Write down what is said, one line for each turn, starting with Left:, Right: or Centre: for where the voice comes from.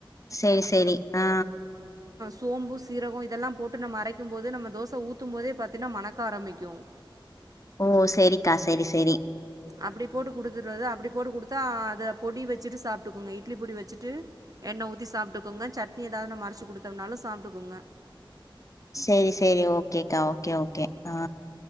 Left: செரி செரி ஆ
Right: சோம்பு சீரகம் இதெல்லாம் போட்டு நம்ம அரைக்கும் போது நம்ம தோசை ஊத்தும் போதே பாத்தீன்னா மணக்க ஆரம்பிக்கும்
Left: ஓ செரிக்கா செரி செரி
Right: அப்டி போட்டு குடுத்துடுறது அப்டி போட்டு கொடுத்தா அத பொடி வச்சுட்டு சாப்பட்டுக்கோங்க இட்லி பொடி வச்சிட்டு எண்ணெய் ஊத்தி சாப்பட்டுக்கோங்க சட்னி எதாவது நாம அறச்சு குடுத்தோம்னாலும் சாப்பட்டுக்கோங்க
Left: செரி செரி ஓகேக்கா கே ஓகே ஆ